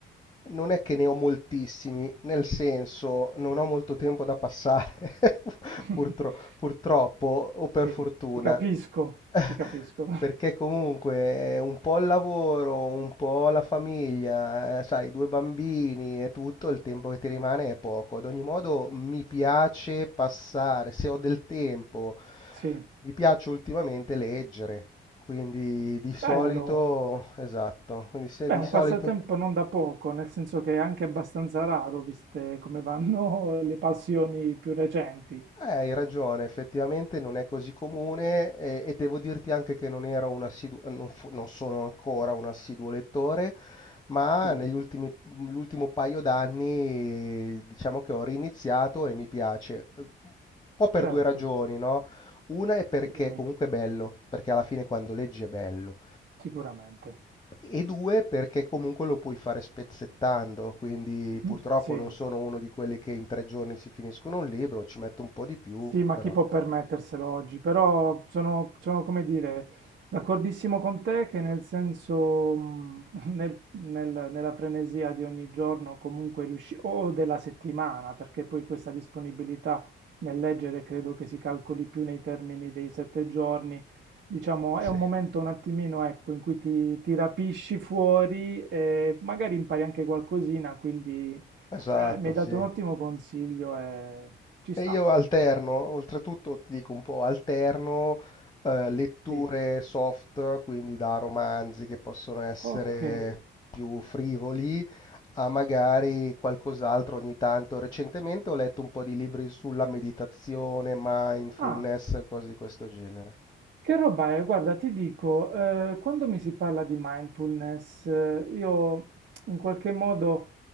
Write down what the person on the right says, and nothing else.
<laughs>
Sì,
ti capisco,
ti capisco. <laughs>
Sì,
bello.
Beh,
un
passatempo non da poco, nel senso che è anche abbastanza raro, viste come vanno <laughs> le passioni più recenti.
Sì,
certo,
dimmi,
sicuramente.
<laughs> Sì.
Sì, ma
chi può permetterselo oggi? Però sono, sono, come dire, d'accordissimo con te che nel senso, mh, <laughs> nel- nel- nella frenesia di ogni giorno comunque riusci, o della settimana, perché poi questa disponibilità nel leggere credo che si calcoli più nei termini dei sette giorni, diciamo,
è un momento
un attimino, ecco, in cui ti, ti rapisci fuori e magari impari anche qualcosina, quindi
eh, mi hai
dato un ottimo consiglio e ci
sta,
sì.
Ok.
Ah,
che roba è? Guarda, ti dico, eh, quando mi si parla di mindfulness, eh, io in qualche modo,